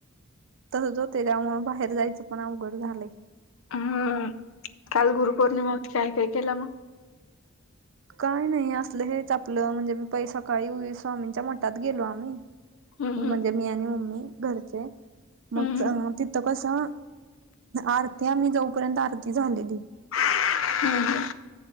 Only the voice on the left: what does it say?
हम्म काल गुरुपौर्णिमा होती काय काय केला मग?
हम्म
हम्म
हम्म हम्म
हम्म हम्म.